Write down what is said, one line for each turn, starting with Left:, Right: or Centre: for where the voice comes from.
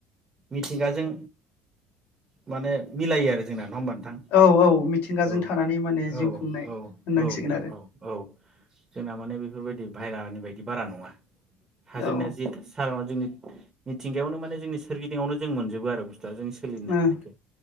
Right: मिथिंगाजों माने मिलायो आरो जोंना नङा होमबा नोंथां?
Left: औ औ मिथिंगाजों
Right: औ
Left: थानानै माने
Right: औ
Left: जिउ खुंनाय
Right: औ
Left: होननांसिगोन
Right: औ नोंथां
Left: आरो
Right: औ औ। जोंना माने बेफोरबायदि बायहेरानि बायदि बारा नङा। हा जोंनिया
Left: औ
Right: जि सारानाव जोंनि मिथिंगायावनो माने जोंनि सोरगिदिंआवनो जों मोनजोबो आरो जा जों सोलिनो
Left: ओ
Right: हानायखो।